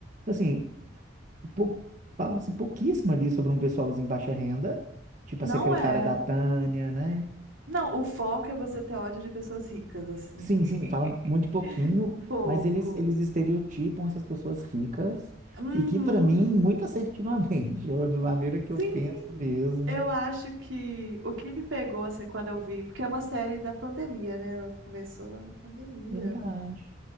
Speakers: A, on the right (about 40°); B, on the right (about 80°).
A: Assim, pou- fala-se pouquíssimo ali sobre um pessoalzinho baixa renda, tipo
B: Não
A: a secretária
B: é.
A: da Tânia, né?
B: Não, o foco é você ter ódio de pessoas ricas, assim.
A: Sim,
B: <laughs>
A: sim, fala muito pouquinho,
B: Um pouco.
A: mas eles, eles estereotipam essas pessoas ricas
B: Uhum.
A: e que, para mim, muito assertivamente, <laughs> ou de maneira que eu
B: Sim,
A: penso mesmo.
B: eu acho que o que me pegou, assim, quando eu vi, porque é uma série da pandemia, né? Ela começou lá na pandemia.
A: Verdade.